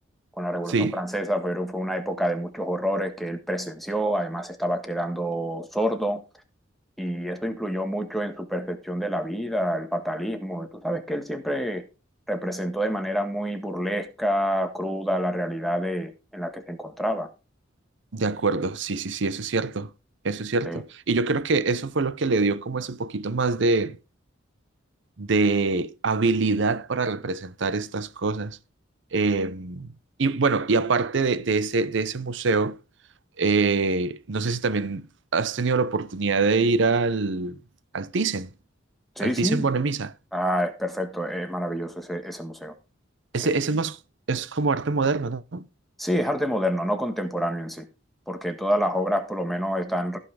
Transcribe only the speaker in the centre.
con la Revolución
Francesa fueron- fue una época de muchos horrores que él presenció, además estaba quedando sordo y eso influyó mucho en su percepción de la vida, el fatalismo. Tú sabes que él siempre representó de manera muy burlesca, cruda, la realidad de, en la que se encontraba.
Sí,
sí.
sí.
Ah, es perfecto, es maravilloso ese, ese museo. Sí.
Sí, es arte moderno, no contemporáneo en sí, porque todas las obras por lo menos están,